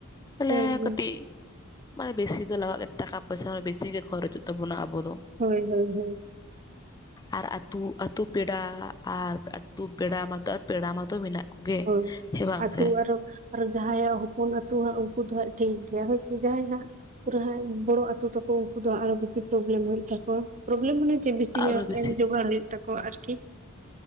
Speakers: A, on the left; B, on the right.
A: ᱛᱟᱦᱞᱮ
B: ᱦᱮᱸ ᱦᱮᱸ
A: ᱠᱟᱹᱴᱤᱡ ᱢᱟᱱᱮ ᱵᱮᱥᱤ ᱫᱚ ᱞᱟᱜᱟᱜ ᱜᱮ ᱴᱟᱠᱟ ᱯᱚᱭᱥᱟ ᱦᱚᱸ ᱵᱮᱥᱤᱜ ᱜᱮ ᱠᱷᱚᱨᱚᱪᱚᱜ ᱛᱟᱵᱚᱱᱟ ᱟᱵᱚᱫ ᱫᱚ,
B: ᱦᱳᱭ ᱦᱳᱭ, ᱦᱳᱭ᱾
A: ᱟᱨ ᱟᱹᱛᱩ ᱟᱹᱛᱩ ᱯᱮᱲᱟ ᱟᱨ ᱟᱹᱛᱩ ᱯᱮᱲᱟ ᱢᱟᱛᱚ ᱟᱨ ᱯᱮᱲᱟ ᱢᱟᱛᱚ ᱢᱮᱱᱟᱜ ᱠᱚᱜᱮ
B: ᱦᱳᱭ
A: ᱦᱮᱸ ᱵᱟᱝ
B: ᱟᱹᱛᱩ
A: ᱥᱮ
B: ᱟᱨᱚ ᱟᱨᱚ ᱡᱟᱦᱟᱸᱭᱟᱜ ᱦᱚᱯᱚᱱ ᱟ ᱛᱚ ᱩᱝᱠᱩ ᱫᱚ ᱦᱟᱸᱜ ᱩᱱᱠᱩ ᱫᱚ ᱦᱟᱸᱜ ᱴᱷᱤᱠ ᱜᱮᱭᱟ ᱦᱳᱭ ᱥᱮ ᱡᱟᱦᱟᱸᱭ ᱦᱟᱸᱜ ᱯᱩᱨᱟᱹ ᱦᱟᱸᱜ ᱵᱚᱲᱚ ᱟᱛᱳ ᱛᱟᱠᱚ ᱩᱜᱴᱝᱠᱩ ᱫᱚ ᱟᱨᱚ ᱵᱤᱥᱤ ᱯᱨᱚᱵᱞᱮᱢ ᱦᱩᱭᱩᱜ ᱛᱟᱠᱚ ᱯᱨᱳᱵᱞᱮᱢ ᱢᱟᱱᱮ ᱪᱮᱫ ᱵᱤᱥᱤ
A: ᱟᱨᱚ
B: ᱧᱚᱜ
A: ᱵᱮᱥᱤ
B: ᱮᱢ ᱡᱚᱜᱟᱲ ᱦᱩᱭᱩᱜ ᱛᱟᱠᱚᱣᱟ ᱟᱨᱠᱤ᱾